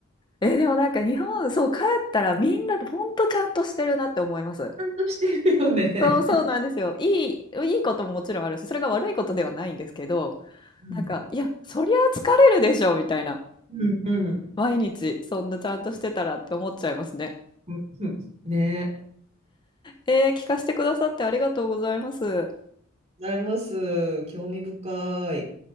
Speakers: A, on the left (about 20°); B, on the right (about 30°).
A: えーでもなんか日本、そう、帰ったらみんなほんとちゃんとしてるなって思います。
B: ゃんとしてるよね。
A: そう、そうなんですよ。いい、いいことももちろんあるし、それが悪いことではないんですけど、
B: うん。
A: なんか、いや、そりゃ疲れるでしょ、みたいな。
B: うんうん。
A: 毎日、そんなちゃんとしてたらって思っちゃいますね。
B: うんねえ。
A: えー、聞かせてくださってありがとうございます。
B: ございます。興味深い。